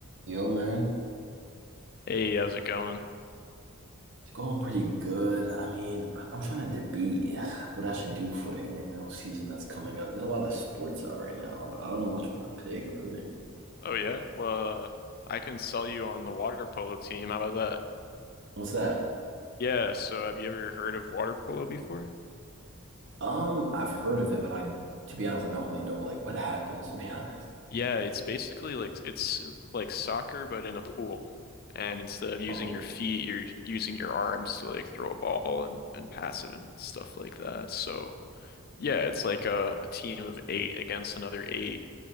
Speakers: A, on the right; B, on the left.
A: Yo, man,
B: Hey, how's it going?
A: it's going pretty good. I mean, I- I'm trying to debate ugh, what I should do for the intramural season that's coming up. There's a lot of sports out right now, but I don't know which one to pick, really.
B: Oh yeah, well, uh, I can sell you on the water polo team. How about that?
A: What's that?
B: Yeah, so have you ever heard of water polo before?
A: Um, I've heard of it, but I, to be honest, I don't really know like what <laughs> happens, to be honest.
B: Yeah, it's basically like it's like soccer but in a pool. And instead of using
A: Oh,
B: your feet, you're using your arms to like throw a ball and and pass it and stuff like that. So, yeah, it's like a, a team of eight against another eight.